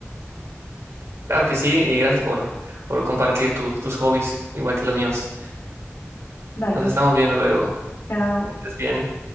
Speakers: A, on the right (about 80°); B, on the left (about 65°).
A: Claro que sí, y gracias por, por compartir tu- tus hobbies, igual que los míos.
B: <laughs> Dale,
A: Nos estamos viendo luego.
B: chao.
A: Que Estés bien.